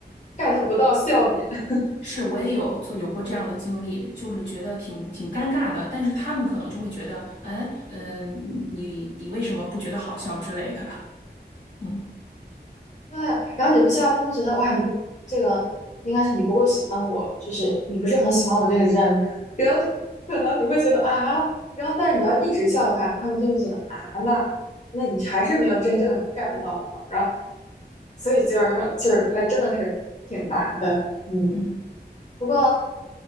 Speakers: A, on the left; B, on the left.
A: get 不到笑点。<laughs>
B: 是，我也有做有过这样的经历，就是觉得挺挺尴尬的，但是他们可能就会觉得，嗯嗯，你你为什么不觉得好笑之类的？<laughs> 嗯
A: 对，然后你不笑，他们会觉得哇，你不这个应该是你不够喜欢我，就是你不是很喜欢我这个人，可能你会觉得啊，然后但是你要一直笑的话，他们就会觉得啊，那那你还是没有真正 get 到我，然后所以就是就是还真的是挺难的，嗯。
B: 嗯
A: 不过